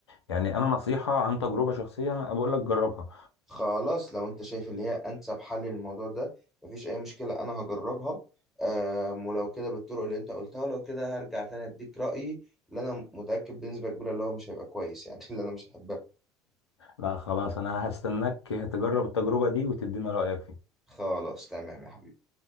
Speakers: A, on the left; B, in the centre.
A: يعني انا نصيحه عن تجربه شخصيه انا بقول لك جربها
B: خلاص لو انت شايف اللي هي انسب حل للموضوع ده مفيش اي مشكلة انا هجربها آم، ولو كده بالطرق اللي انت قلتها لو كده هرجع تاني اديك رأيي اللي انا متأكد بنسبة كبيرة اللي هو مش هيبقى كويس يعني <laughs> اللي انا مش هحبها
A: لا خلاص انا هستناك تجرب التجربه دي وتدينا رايك فيها
B: خلاص تمام يا حبيبي